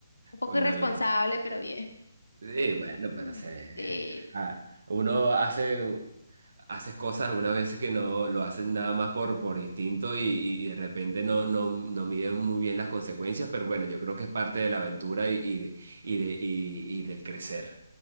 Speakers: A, on the left; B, on the right.
A: Un poco
B: Bueno,
A: irresponsable,
B: bien.
A: pero bien.
B: Sí, bueno, pero
A: Mm.
B: se,
A: Sí.
B: <laughs> ah, uno hace. haces cosas algunas veces que no lo haces nada más por, por instinto y, y- y de repente no, no, no miden muy bien las consecuencias, pero bueno, yo creo que es parte de la aventura y, y, de, y, de, y, y del crecer,